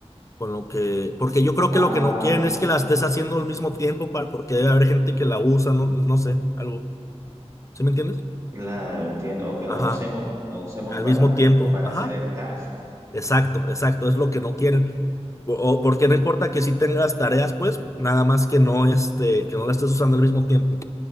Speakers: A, on the left (about 30°); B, on the right (about 25°).
A: con lo que, porque yo creo
B: Ah,
A: que lo que no quieren es que la estés haciendo al mismo tiempo para, porque debe haber gente que la usa, no, no sé, algo. ¿Sí me entiendes?
B: claro, entiendo. O que
A: Ajá.
B: la usemos, la usemos
A: Al
B: para,
A: mismo tiempo.
B: para
A: Ajá.
B: hacer el task.
A: Exacto, exacto. Es lo que no quieren. O, o porque no importa que sí tengas tareas, pues, nada más que no este, que no la estés usando al mismo tiempo.